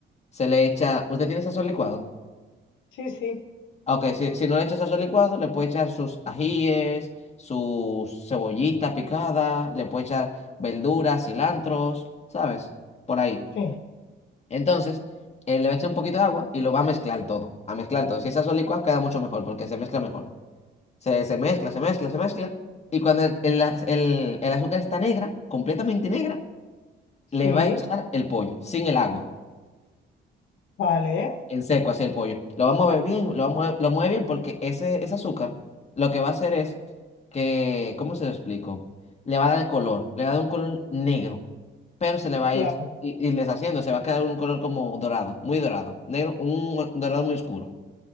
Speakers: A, on the left; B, on the left.
A: Se le echa. ¿Usted tiene sazón licuado?
B: sí, sí,
A: Ah, Ok, si, si no le echa sazón licuado, le puede echar sus ajíes, su cebollita picada, le puede echar verduras, cilantros, ¿sabes? Por ahí.
B: sí,
A: Entonces, eh, le va a echar un poquito de agua y lo va a mezclar todo, a mezclar todo. Si está solo licuado, queda mucho mejor porque se mezcla mejor. Se, se mezcla, se mezcla, se mezcla. Y cuando el, el az- el- el azúcar está negra, completamente negra,
B: sí,
A: le va a echar el pollo, sin el agua,
B: vale,
A: en seco, así el pollo. Lo va a mover bien, lo va a mover- lo mueve bien porque ese, ese azúcar lo que va a hacer es que, ¿cómo se lo explico? Le va a dar el color, le va a dar un color negro pero se le va
B: claro,
A: a ir y, y deshaciendo se va a quedar un color como dorado, muy dorado, negro, un dorado muy oscuro.